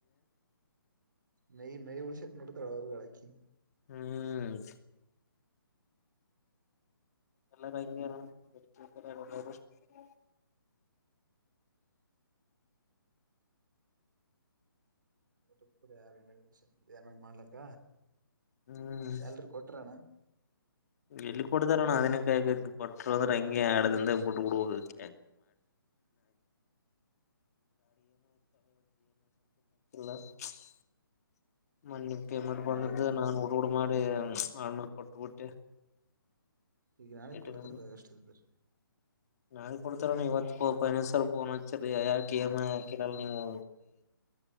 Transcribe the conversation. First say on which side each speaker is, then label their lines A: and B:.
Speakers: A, on the right; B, on the left.
A: ನೀ ನ ಉಡ ಶಕ ನರ ತಡಾವ ಗಡಕಿ
B: ಹ್ಮ್ ಎಲ್ಲನ ಇಂಗೆನ <unintelligible>
A: <unintelligible> ಪೇಮೆಂಟ್ ಮಾಡ್ಲಕ್ಕ
B: ಹ್ಮ್
A: ಸ್ಯಾಲ್ರಿ ಕೊಟ್ರಣ್ಣ.
B: ಎಲ್ಲಿ ಕೊಡದಾರಣ ಅದನ್ನ <unintelligible> ಕೊಟ್ಟ್ರಂದ ಹಂಗೆ ಎಡದಿಂದಗ್ ಕೊಟ್ಟು ಬಿಡಬೋದಿತ್ <unintelligible> <unintelligible> ಮಣ್ಣಿ ಪೇಮೆಂಟ್
A: ನಾಳೆ
B: ಬಂದಿದ್ದ ನಾನ್
A: ಕೇಳ
B: <unintelligible> ಮಾಡಿ <unintelligible> ಕೊಟ್ಟಬುಟ್ಟೆ.
A: ಈಗ ನಾಳೆ
B: <unintelligible>
A: ಕೊಡ್ತಾರ ಅಷ್ಟ
B: ನನ್ ಕೊಡ್ತಾರಣ ಇವತ್ <unintelligible> ಫೋನ್ನಚ್ಚಿ ಯಾಕೆ ಇ ಮ್ ಐ ಯಾಕಿ ನೀವು